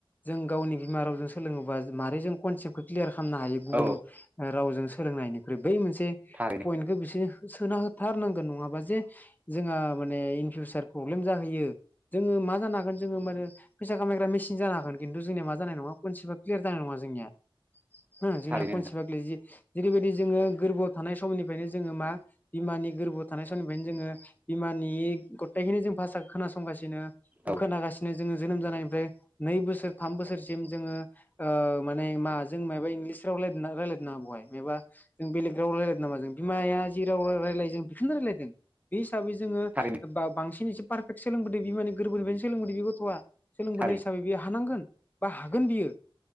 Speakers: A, on the left; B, on the right.
A: जों गावनि बिमा रावजों सोलोङोबा मारै जों कनसेपखौ क्लियार खामनो हायो गुबुन
B: औ
A: ओ रावजों सोलोंनायनिख्रुइ बै मोन से
B: थारैनो
A: पइन्टखौ बिसोर सोना होथारनांगोन नङाबा जे जोंङो माने इन फिउसार प्रलेम जाहैयो। जोङो मा जानो हागोन जोङो माने फैसा खामायग्रा मेसिन जानो हागोन खिन्थु जोंनिया मा जानाय नङा खनसेबा क्लियार जानाय नङा जोंनिया। होम जोंनिया
B: थारैनो
A: खनसेप
B: नोंथां
A: आ <unintelligible> जेरैबायदि जोङो गोरबोआव थानाय समनिफ्रायनो जोङो मा बिमानि गोरबोआव थानाय समनिफ्रायनो जोङो बिमानि गथायखिननि जों भासा खोनासंगासिनो। ओ
B: औ
A: खोनागासिनो। जोङो जोनोम जानायनिफ्राय नै बोसोर थाम बोसोरसिम जोङो ओ माने मा जों मायाबा इंलिस राव रायलायदोंना ना रायलायदों नामा बहाय मायाबा जों बेलेग राव रायलायदों नामा जों बिमाया जि राव रायलायो जों बेखौनो रायलायदों। बे हिसाबै जोङो ओ
B: थारैनो
A: बा-बांसिनैसो पारफेक्ट सोलोंबोदों बि माने गोरबोनिफ्रायनो सोलोंबोदों बे गथ'आ। सोलोंबोनाय
B: थारैनो
A: हिसाबै बेयो हानांगोन बा हागोन बियो।